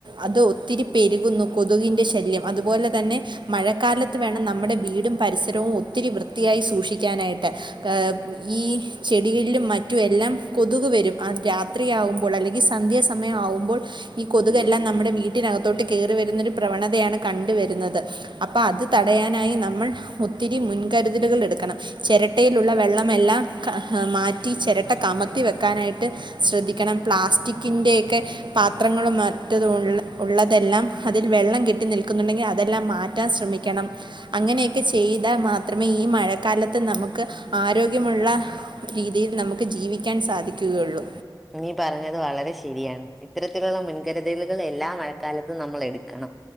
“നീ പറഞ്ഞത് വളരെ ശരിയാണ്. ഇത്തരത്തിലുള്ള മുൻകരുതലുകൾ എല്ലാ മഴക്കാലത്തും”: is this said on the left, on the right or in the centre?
Centre